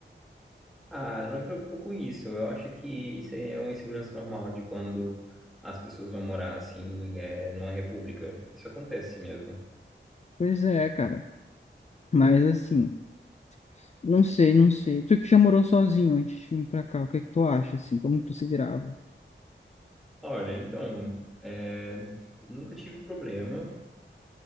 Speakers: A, in the centre; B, on the left.
A: Ah, não me preocupo com isso. Eu acho que isso aí é uma insegurança normal de quando as pessoas vão morar assim, é, numa república. Isso acontece mesmo.
B: Pois é, cara. Mas assim, não sei, não sei. Tu que já morou sozinho antes de vir pra cá, o que é que tu acha, assim? Como tu se virava?
A: Olha, então, é, nunca tive problema.